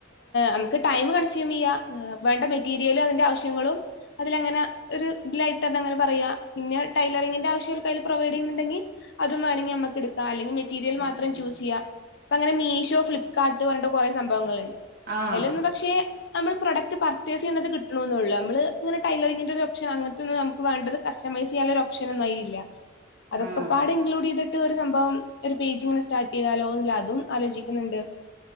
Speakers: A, on the left; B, on the right.
A: നമുക്ക് ടൈം കൺസ്യൂം ചെയ്യാം വേണ്ട മെറ്റീരിയലും അതിന്റെ ആവശ്യങ്ങളും അതിലങ്ങനെ ഒരു ഇതിലായിട്ട്ന്ന് അങ്ങനെ പറയാ പിന്നെ ടൈലറിങ്ങിന്റെ ആവശ്യങ്ങൾക്ക അതിൽ പ്രൊവൈഡ് ചെയ്യുന്നുണ്ടെങ്കിൽ അതും വേണമെങ്കി നമുക്ക് എടുക്കാം അല്ലെങ്ക മെറ്റീരിയൽ
B: എടുക്കാം
A: മാത്രം ചൂസ് ചെയ്യാം. ഇപ്പ അങ്ങനെ മീഷോ ഫ്ലിപ്പ്കാർട്ട് പറഞ്ഞ്ട്ട് കുറെ സംഭവങ്ങളുണ്ട്
B: ആഹ്
A: അതിലൊന്ന് പക്ഷെ നമ്മൾ പ്രൊഡക്റ്റ് പർ പർച്ചേസ് ചെയേത് കിട്ട്നൊന്നും ഇല്ല നമ്മൾ ഇങ്ങന ടെയിലറിങ്ങിൻ്റെ ഒരു ഒപ്ഷ അങ്ങനത്തെ ഒരു ഒന്ന് നമുക്ക് വേണ്ടത് കസ്റ്റമൈസ് ചെയ്യാൻ ഒരു ഓപ്ഷൻ ഓപ്ഷൻ ഒന്നും അതിൽ ഇല്ല അതൊക്കെ
B: ആഹ്
A: പാട് ഇൻക്ലൂഡ് ചെയ്തിട്ട് ഒരു സംഭവം ഒരു പേജ് ഇങ്ങനെ സ്റ്റാർട്ട് ചെയ്താലോന്ന അതും ആലോചിക്കുന്നുണ്ട്